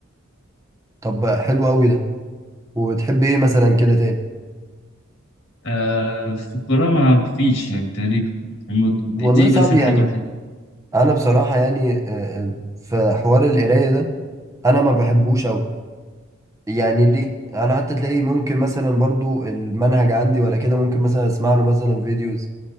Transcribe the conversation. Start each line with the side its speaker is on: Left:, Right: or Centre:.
Right: طب حلو أوي ده وبتحب إيه مثلا كده تاني؟
Left: آه في القراءة ما فيش يعني تقريبا الم- دي
Right: والله
Left: بس
Right: صعب
Left: الحاجة
Right: يعني
Left: الوحيدة
Right: أنا بصراحة يعني آه، آه، في حوار القراية ده أنا ما بحبوش أوي يعني ليه؟ أنا حتى تلاقي ممكن مثلا برضو المنهج عندي ولا كده ممكن مثلا أسمع له مثلا فيديوز